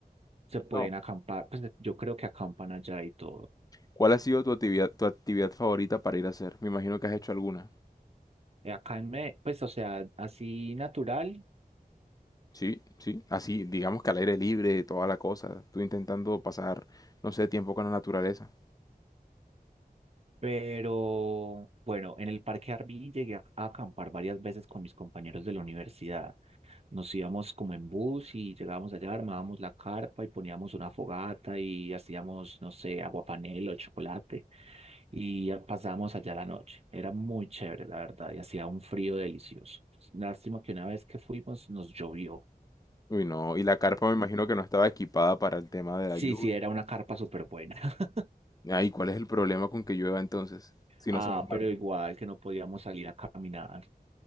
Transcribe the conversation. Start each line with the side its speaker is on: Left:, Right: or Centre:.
Right: se pueden
Left: No,
Right: acampar. Pues yo creo que acampan allá y todo.
Left: ¿cuál ha sido tu actividad, tu actividad favorita para ir a hacer? Me imagino que has hecho alguna.
Right: Eh, Acá en Me, pues o sea, así natural,
Left: Sí, sí, así, digamos que al aire libre, toda la cosa. Tú intentando pasar, no sé, tiempo con la naturaleza.
Right: pero bueno, en el Parque Arví llegué a a acampar varias veces con mis compañeros de la universidad. Nos íbamos como en bus y llegábamos allá, armábamos la carpa y poníamos una fogata y hacíamos, no sé, aguapanela o chocolate y ya pasábamos allá la noche. Era muy chévere, la verdad, y hacía un frío delicioso. Lástima que una vez que fuimos nos llovió.
Left: Uy, no, y la carpa me imagino que no estaba equipada para el tema de
Right: Sí,
Left: la lluvia.
Right: sí, era una carpa súper buena. <laughs>
Left: Ay, ¿cuál es el problema con que llueva entonces? Si
Right: Ah,
Left: no se mojaron.
Right: pero igual que no podíamos salir a caminar.